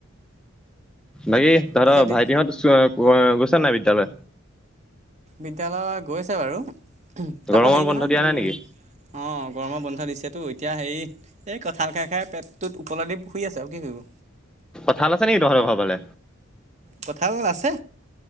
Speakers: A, in the centre; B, on the right.
A: বাকী তহঁতৰ
B: তাৰপিছত
A: ভাইটিহত চ অ গৈছে নাই বিদ্যালয়
B: বিদ্যালয় গৈছে বাৰু তাকো
A: গৰমৰ
B: হেৰি নহয়
A: বন্ধ দিয়া
B: উম
A: নাই নেকি?
B: অ গৰমৰ বন্ধ দিছেতো এতিয়া হেই এই কঁঠাল খাই খাই পেটটোত ওপৰেদি শুই আছে আৰু কি কৰিব
A: কঁঠাল আছে নেকি তহঁতৰ ঘৰৰ ফালে
B: কঁঠাল আছে